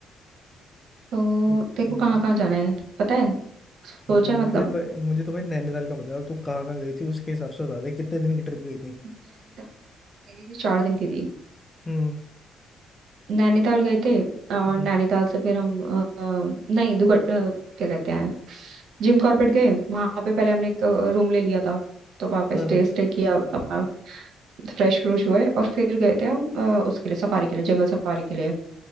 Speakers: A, on the right; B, on the left.
A: तो
B: क्योंकि,
A: देखो कहाँ कहाँ जाना है पता है सोचा
B: अम,
A: है
B: मुझे
A: मतलब
B: भाई- मुझे तो भाई नैनीताल का बता रहा तू कहाँ कहाँ गई थी उसके हिसाब से बता दे कितने दिन की ट्रिप गई थी
A: नैनीताल मेरी थी चार दिन की थी
B: हम्म
A: नैनीताल गए थे और
B: हम्म
A: नैनीताल से फिर हम अ, अ, नहीं दुगट अ, क्या कहते हैं जिम कॉर्बेट गए वहां पे पहले हमने एक रूम ले लिया था तो वहां पे
B: हाँ
A: स्टे स्टे किया अपना फ्रेश फ्रूश हुए और फिर गए थे हम अ, उसके लिए सफारी के लिए जंगल सफारी के लिए